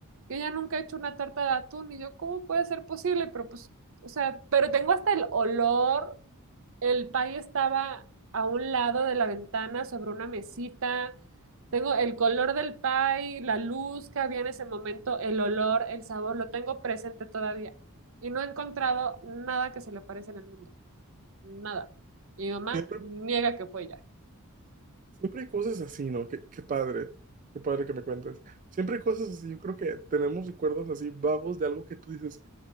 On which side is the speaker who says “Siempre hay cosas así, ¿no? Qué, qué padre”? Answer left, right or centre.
Right